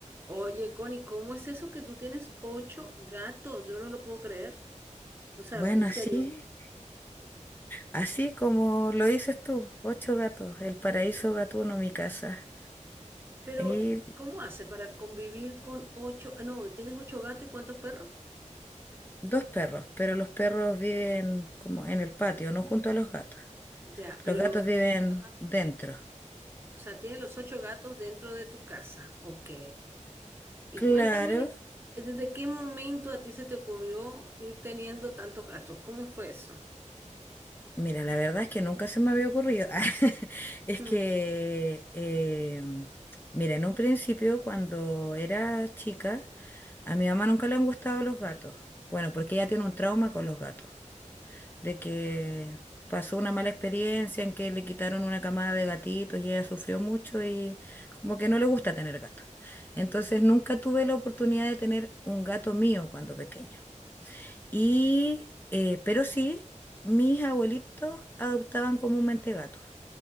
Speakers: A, on the right; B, on the left.
A: Oye, Connie, ¿cómo es eso que tú tienes ocho gatos? Yo no lo puedo creer. O sea,
B: Bueno,
A: en
B: así,
A: serio.
B: así como lo dices tú, ocho gatos, el paraíso gatuno, mi casa,
A: Pero,
B: y
A: ¿cómo haces para convivir con ocho? ah, No, tienes ocho gatos y cuántos perros?
B: dos perros, pero los perros viven como en el patio, no junto a los gatos.
A: Ya, pero
B: Los gatos
A: los gatos,
B: viven
A: ajá.
B: dentro.
A: O sea, tienes los ocho gatos dentro de tu casa. Ok. Y
B: Claro,
A: cuéntame, ¿desde qué momento a ti se te ocurrió ir teniendo tantos gatos? ¿Cómo fue eso?
B: mira, la verdad es que nunca se me había ocurrido. <laughs> Es
A: Hmm.
B: que, eh, mira, en un principio, cuando era chica, a mi mamá nunca le han gustado los gatos. Bueno, porque ella tiene un trauma con los gatos. de que pasó una mala experiencia en que le quitaron una camada de gatitos y ella sufrió mucho y como que no le gusta tener gatos. Entonces nunca tuve la oportunidad de tener un gato mío cuando pequeña. Y, eh, pero sí, mis abuelitos adoptaban comúnmente gatos.